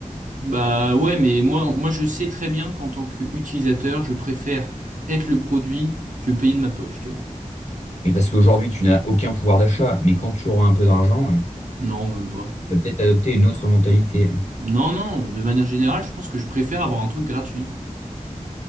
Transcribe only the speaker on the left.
mais parce qu'aujourd'hui, tu n'as aucun pouvoir d'achat. Mais quand tu auras un peu d'argent,
tu vas peut-être adopter une autre mentalité.